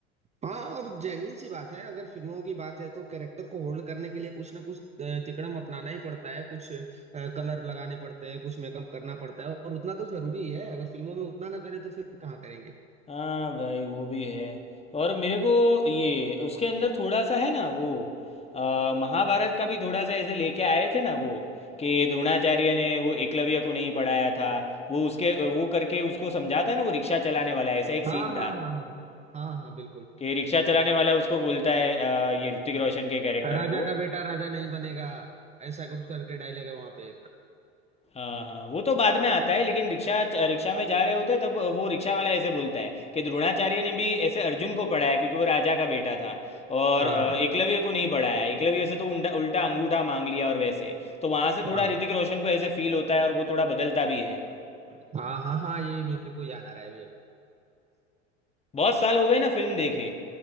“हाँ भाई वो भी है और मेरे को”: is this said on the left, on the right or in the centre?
Left